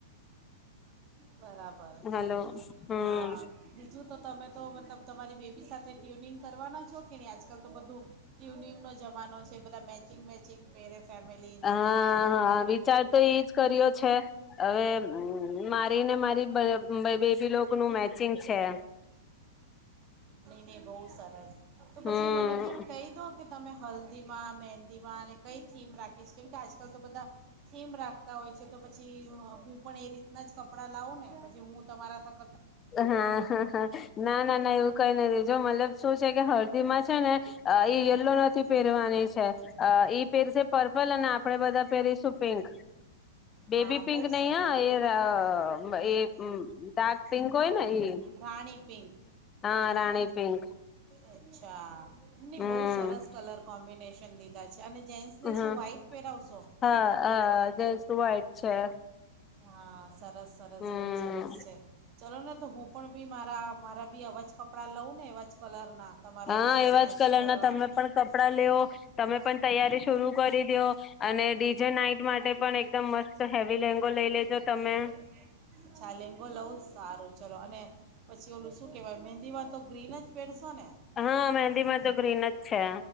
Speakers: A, on the right; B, on the left.
A: બરાબર
B: હલો હમ
A: હા બીજું તો તમે તો મતલબ તમારી બેબી સાથે ટ્યુનિંગ કરવાના છો કે નહી આજકાલ તો બધું ટ્યુનિંગ નો જવાનો છે. બધા મેચિંગ મેચિંગ પહેરે ફેમિલીને
B: હા હા વિચાર તો એજ કર્યો છે હવે મારે ને મારી બેબીલો નું મેચિંગ છે.
A: ને બહુ સરસ. તો પછી
B: હમ
A: મને ભી કહી દો કે તમે હલ્દીમાં મેન દીમાં ને કઈ થીમ રાખીશ કેમ કે આજકાલ તો બધા થીમ રાખતા હોય છે તો પછી હું પણ એ રીતના જ કપ ડા લાવ ને પછી હું તમારા સાથ
B: હા હ હ ના ના ના એવું કઈ નહ રેજો મતલબ શું છે કે હળદીમાં છે ને યલો નથી પહેરવાની છે અ પેરસે પર્પલ અને આપ આપડે બધા પહેરીશું પિંક બેબી
A: હા
B: પિંક
A: બહુ સર
B: નહી હા એ અ એ હમ <inaudible> પિંક હોયને ઈ
A: રાણીપિંક
B: હા રાણી પિંક
A: અચ્છા ને
B: હમ
A: બહુ સરસ કલર કોમ્બિનેશન લીધા છે અને જેન્ટ્સને
B: હમ
A: શું વ્હાઇટ પહેરાવશો
B: હા અ વાઈટ છે
A: હા સરસ, સરસ,
B: હમ
A: બહુ સરસ છે ચલો ને તો હું પણ બી મારા મારા બી અવા જ કપડાં લઉં ને એવાજ કલરના તમારા
B: હા
A: સાથે
B: એવાજ
A: મેચ
B: કલર
A: કરવા
B: ના તમે પણ કપડા લેવો, તમે પણ તૈયારી શુરૂ કરી દેઓ અને જે નાઈટ માટે પણ એકદમ મસ્ત હેવી લેંગો લઈ લેજો તમે
A: <inaudible> અચ્છા લેંગો લઉું સારું ચલો અને પછી ઓલું શું કેહેવાય મહેંદી વા તો ગ્રીન જ પેરશો ને
B: હા મેંહદી માતો ગ્રીન જ છે